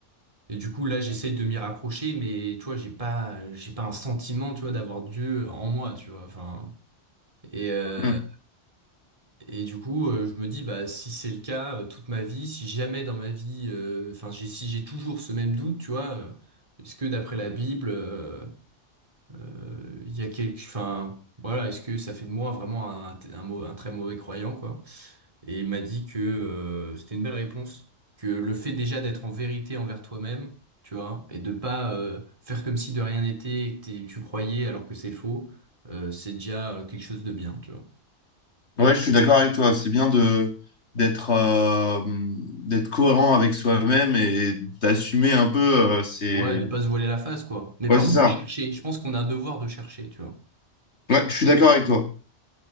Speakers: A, on the right; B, on the left.
A: et du coup, là, j'essaye de m'y raccrocher, mais tu vois, j'ai pas, j'ai pas un sentiment, tu vois, d'avoir Dieu en moi, tu vois. Enfin, et, euh,
B: Mm.
A: et du coup, euh, je me dis, bah, si c'est le cas, euh, toute ma vie, si jamais dans ma vie, euh, enfin, j'ai, si j'ai toujours ce même doute, tu vois, euh, est-ce que d'après la Bible, euh, euh, il y a quelque, enfin, voilà, est-ce que ça fait de moi vraiment un, un, mau- un très mauvais croyant, quoi? Et il m'a dit que euh, c'était une belle réponse, que le fait déjà d'être en vérité envers toi-même, tu vois, et de pas euh, faire comme si de rien n'était, et que t'es- tu croyais alors que c'est faux, euh, c'est déjà euh, quelque chose de bien, tu vois.
B: Ouais, je suis d'accord avec toi. C'est bien de d'être euh, d'être cohérent avec soi-même et d'assumer un peu. euh, c'est
A: Ouais, de pas se voiler la face, quoi. Mais
B: ouais,
A: par
B: c'est
A: contre,
B: ça.
A: de chercher. Je pense qu'on a un devoir de chercher, tu vois.
B: Ouais, je suis d'accord avec toi.